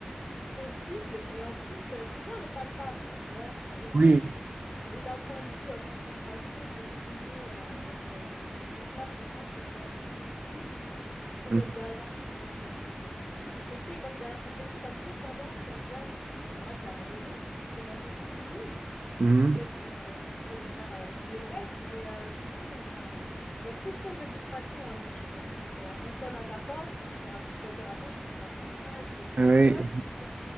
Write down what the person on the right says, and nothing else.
Oui.
Mhm.
Mhm.
Ouais.